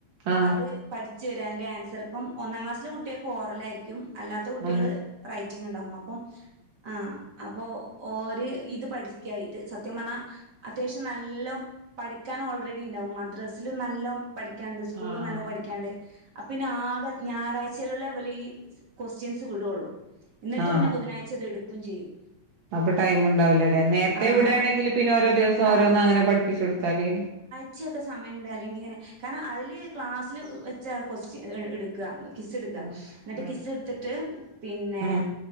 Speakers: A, on the right; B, on the right.
A: ആ
B: അത് പഠിച്ചുവരാ അതിൻന്റെ ആൻസർ ഇപ്പം ഒന്നാം ക്ലാസ്സില കുട്ടികൾക്ക് ഓറലായിരിക്കും അല്ലാത്ത കുട്ടികള്
A: ആ
B: റൈറ്റിംങ് ഉണ്ടാവും അപ്പം ആ അപ്പൊ ഓര് ഇത് പഠിക്ക ഇത് സത്യപറഞ്ഞാ അത്യാവശ്യം നല്ല പഠിക്കാനും ഓൾറെഡി ഉണ്ടാവും മദ്രാസയിലും നല്ല പഠിക്കാനുണ്ട് സ്കൂളും
A: ആ
B: നല്ലോ പഠിക്കാനുണ്ട് അ പിന്നെ ആകെ ഞായറാഴ്ചകളെ ഇവര് ഈ ക്വസ്റ്റ്യൻസ് വിടുുള്ളൂ എന്നിട്ട്
A: ആഹ്
B: പിന്നെ ബുധനാഴ്ച അത് എടുക്കയും ചെയ്യും
A: അപ്പൊ ടൈം ഇണ്ടാവില്ലല്ലേ നേരത്തെ
B: ആ
A: വിടാണെങ്കിൽ
B: അപ്പ
A: പിന്നെ ഓരോ ദിവസം
B: ആ
A: ഓരോന്ന് അങ്ങനെ പഠിപ്പിച്ച് കൊടുത്താല്
B: ഉച്ചൊക്കെ സമയമുണ്ട് അല്ലെങ്കിൽ ഇങ്ങനെ കാരണം അതിൽ ക്ലാസ്സില് വെച്ചാ ക്വസ്റ്റൻ എടുക്കുക കിസ്സ് ഇട്ക്ക
A: ആഹ്
B: ന്നിട്ട്
A: ആഹ്
B: കിസ്സ് ഇട്ത്ത്ട്ട് പിന്നെ
A: ആഹ്